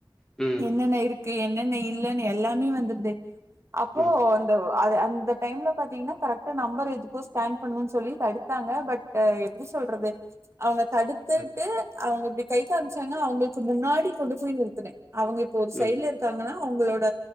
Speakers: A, in the centre; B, on the right.
A: ம் ம்
B: என்னென்ன இருக்கு என்னென்ன இல்லலைன்னு எல்லாமே வந்துருது அப்போ
A: ம் ம்
B: அது அந்த டைம்ல பாத்தீங்கன்னா கரெக்டா நம்பர் எதுகோ ஸ்கேன் பண்ணும்னு சொல்லி தடுத்தாங்க பட் ஆ எப்டி சொல்றது அவங்க தடுத்துட்டு
A: ம்
B: அவங்க கை காமிச்சாங்க அவங்களுக்கு முன்னாடி கொண்டு போய் நிறுத்துனே அவங்க இப்ப ஒரு சைட்ல
A: ம்
B: இருக்காங்கன்னா அவங்களோட